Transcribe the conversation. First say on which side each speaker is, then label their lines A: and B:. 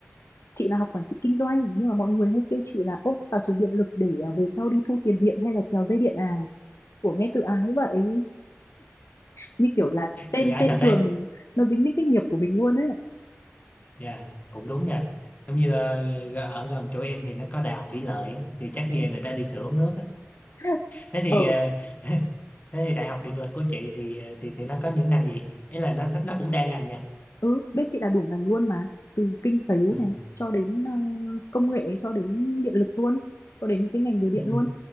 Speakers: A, on the left (about 70°); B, on the left (about 35°).
A: chị là học quản trị kinh doanh nhưng mà mọi người hay trêu chị là ốp vào trường điện lực để ờ, về sau đi thu tiền điện hay là trèo dây điện à của nghe tự ái vậy như kiểu là tên
B: Được ai
A: tên
B: thật
A: trường
B: đấy.
A: nó dính đến cái nghiệp của mình luôn á
B: Dạ, cũng đúng nha. Giống như ờ, g- ở gần chỗ em thì nó có đại học thủy lợi á, thì chắc về người ta đi sửa ống nước á.
A: <laughs>
B: Thế thì
A: ở
B: ờ, <laughs> thế thì đại học điện lực của chị thì ờ, thì thì nó có những ngành gì? Ý là nó thích nó cũng đa ngành nha.
A: ừ bên chị là đủ ngành luôn mà từ kinh tế
B: Ừ.
A: này cho đến ờ, công nghệ cho đến điện lực luôn cho đến những cái ngành về điện
B: Ừ.
A: luôn